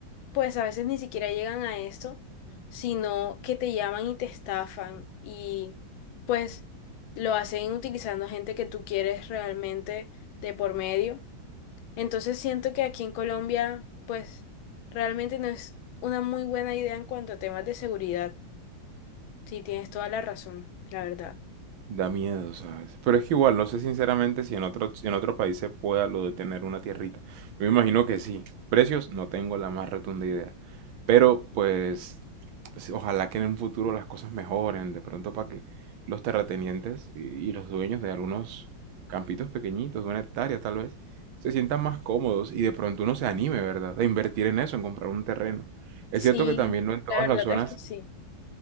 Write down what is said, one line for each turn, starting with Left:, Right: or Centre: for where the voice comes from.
Left: pues a veces ni siquiera llegan a esto, sino que te llaman y te estafan y pues lo hacen utilizando gente que tú quieres realmente de por medio. Entonces siento que aquí en Colombia pues realmente no es una muy buena idea en cuanto a temas de seguridad. Sí, tienes toda la razón, la verdad.
Right: Da miedo, ¿sabes? Pero es que igual, no sé sinceramente si en otro, si en otro país se pueda lo de tener una tierrita. Yo me imagino que sí. Precios, no tengo la más rotunda idea. Pero pues, sí, ojalá que en un futuro las cosas mejoren, de pronto para que los terratenientes y, y los dueños de algunos campitos pequeñitos, de una hectárea tal vez, se sientan más cómodos y de pronto uno se anime, ¿verdad? A invertir en eso, en comprar un terreno. Es
Left: Sí,
Right: cierto que también no en todas
Left: La verdad
Right: las zonas,
Left: es que sí.